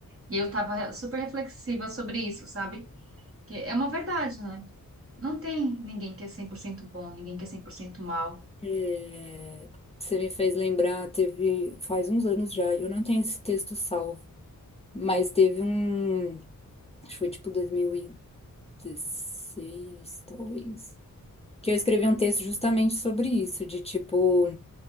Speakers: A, on the right; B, on the left.
A: E eu tava super reflexiva sobre isso, sabe? Que é uma verdade, né? Não tem ninguém que é cem por cento bom, ninguém que é 100% mal.
B: É, você me fez lembrar, teve faz uns anos já, eu não tenho esse texto salvo, mas teve um, acho que foi tipo 2016, talvez. que eu escrevi um texto justamente sobre isso, de tipo,